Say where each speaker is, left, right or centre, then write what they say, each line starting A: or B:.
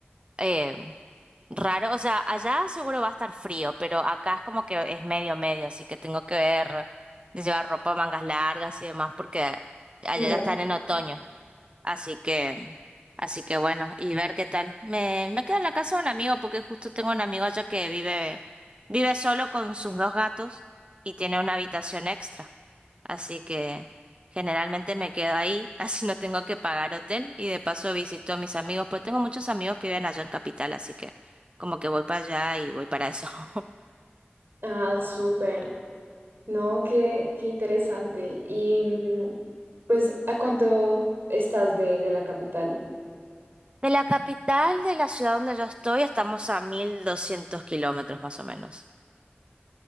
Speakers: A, on the right; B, on the right.
A: eh, raro. O sea, allá seguro va a estar frío, pero acá es como que es medio medio, así que tengo que ver de llevar ropa, mangas largas y demás, porque allá
B: Claro.
A: ya están en otoño. Así que, así que bueno, y ver qué tal. Me, me quedo en la casa de un amigo porque justo tengo un amigo allá que vive, vive solo con sus dos gatos y tiene una habitación extra. Así que generalmente me quedo ahí, <laughs> así no tengo que pagar hotel y de paso visito a mis amigos, pues tengo muchos amigos que viven allá en Capital, así que como que voy para allá y voy para eso. <laughs>
B: Ah, súper. No, qué, qué interesante. Y mm, pues, ¿a cuánto estás de, de la capital?
A: De la capital de la ciudad donde yo estoy estamos a 1200 kilómetros más o menos.